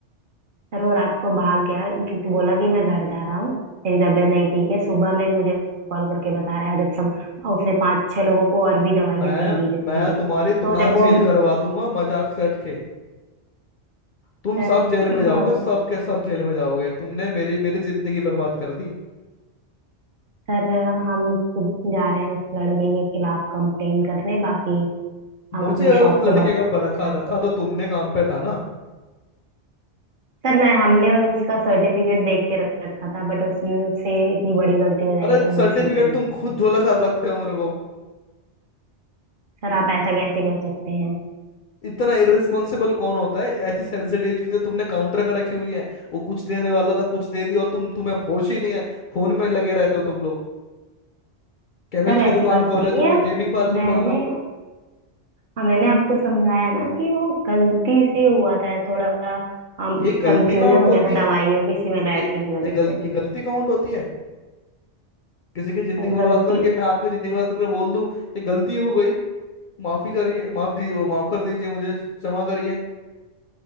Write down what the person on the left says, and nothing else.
मैं
मैं
तुम्हारी
दुकान
सील करवा दूंगा मजाक से हट के तुम
सब जेल
में जाओगे
सब के सब जेल में जाओगे तुमने मेरी मेरी जिंदगी बर्बाद कर दी
मुझे
और
उस लड़के
का पर रखा
रखा तो तुमने काम पे था ना
अरे
सर्टिफिकेट
तुम
खुद
झोला छाप लगते हो मेरे को
इतना इररिस्पॉन्सिबल कौन होता है ऐसी सेंसिटिव चीजें तुमने काउंटर पे रखी हुई है वो कुछ देने वाला था कुछ दे दिया और तुम तुम्हें होश ही नहीं है फोन में लगे रहते हो तुम लोग केमिस्ट
की
दुकान
खोले
तुमने
गेमिंग पार्लर
खोल लो
ये गलती काउंट
होती
है
ये ये
गल
ये गलती काउंट होती है किसी की जिंदगी
बर्बाद
करके मैं आपकी जिंदगी बर्बाद करके बोल दूं ये गलती हो गई माफी करिए माफ दी वो माफ कर दीजिए मुझे क्षमा करिए